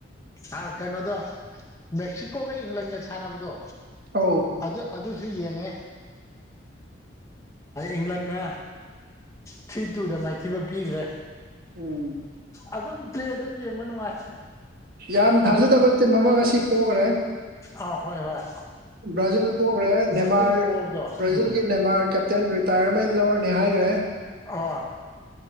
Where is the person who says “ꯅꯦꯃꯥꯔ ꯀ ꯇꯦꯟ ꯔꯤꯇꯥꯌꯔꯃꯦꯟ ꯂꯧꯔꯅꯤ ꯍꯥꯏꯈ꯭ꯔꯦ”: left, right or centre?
Right